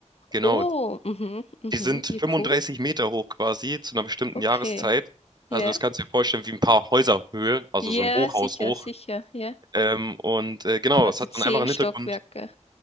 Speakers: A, on the right (about 35°); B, on the left (about 55°).
A: Genau,
B: Oh, mhm, mhm.
A: Die sind
B: Ja,
A: 35
B: cool.
A: Meter hoch quasi zu einer bestimmten
B: Okay.
A: Jahreszeit. Also
B: Ja.
A: das kannst du dir vorstellen wie ein paar Häuserhöhe, also
B: Ja,
A: so ein Hochhaus
B: sicher,
A: hoch.
B: sicher. Ja.
A: Ähm, und äh, genau,
B: Quasi
A: es hat
B: zehn
A: einen einfachen
B: Stockwerke,
A: Hintergrund.